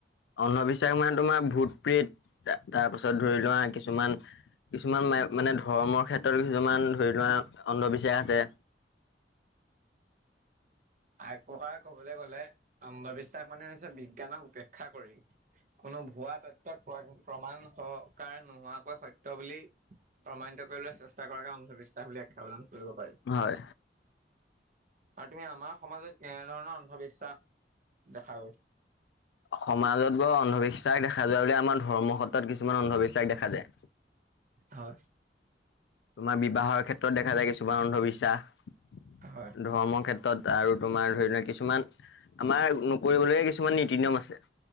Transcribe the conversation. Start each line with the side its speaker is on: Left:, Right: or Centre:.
Left: অন্ধবিশ্বাস মানে তোমাৰ ভূত প্ৰীত তাৰপাছত ধৰি লোৱা কিছুমান। কিছুমান মানে ধৰ্মৰ ক্ষেত্ৰত কিছুমান ধৰি লোৱা অন্ধবিশ্বাস আছে,
Right: আ এক প্ৰকাৰ কবলৈ গলে অন্ধবিশ্বাস মানে হৈছে বিজ্ঞানক উপেক্ষা কৰি কোনো ভুৱা যিবিলাক প্ৰমাণ সহকাৰ নোহোৱাকৈ সত্য বুলি প্ৰমাণিত কৰিবলৈ চেষ্টা কৰাকে অন্ধবিশ্বাস বুলি আখ্যা প্ৰদান কৰিব পাৰি।
Left: হয়
Right: আৰু তুমি আমাৰ সমাজত এনেধৰণৰ অন্ধবিশ্বাস দেখা গৈ
Left: সমাজটো অন্ধবিশ্বাস দেখা যায় বুলি আমাৰ ধৰ্ম সত্ৰত কিছুমান অন্ধবিশ্বাস দেখা যায়।
Right: হয়।।
Left: তোমাৰ বিবাহৰ ক্ষেত্ৰত দেখা যায় কিছুমান অন্ধবিশ্বাস।
Right: হয়
Left: ধৰ্মৰ ক্ষেত্ৰত আৰু তোমাৰ ধৰি লোৱা কিছুমান আমাৰ নকৰিবলৈ কিছুমান নীতি নিয়ম আছে।